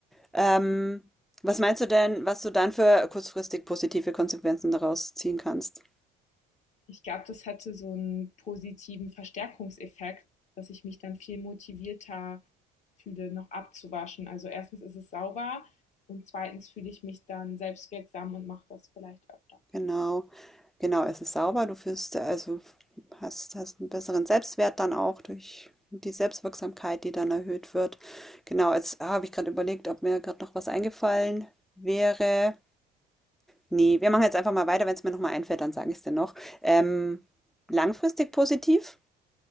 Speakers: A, in the centre; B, on the left.
A: Ähm, was meinst du denn, was du dann für kurzfristig positive Konsequenzen daraus ziehen kannst?
B: Ich glaube, das hatte so einen positiven Verstärkungseffekt, dass ich mich dann viel motivierter fühle, noch abzuwaschen. Also erstens ist es sauber und zweitens fühle ich mich dann selbstwirksam und mache das vielleicht öfter.
A: Genau, genau, es ist sauber, du fühlst, äh, also hast, hast einen besseren Selbstwert dann auch durch die Selbstwirksamkeit, die dann erhöht wird. Genau, jetzt ah, habe ich gerade überlegt, ob mir gerade noch was eingefallen wäre. Nee, wir machen jetzt einfach mal weiter. Wenn es mir nochmal einfällt, dann sage ich es dir noch. Ähm, langfristig positiv?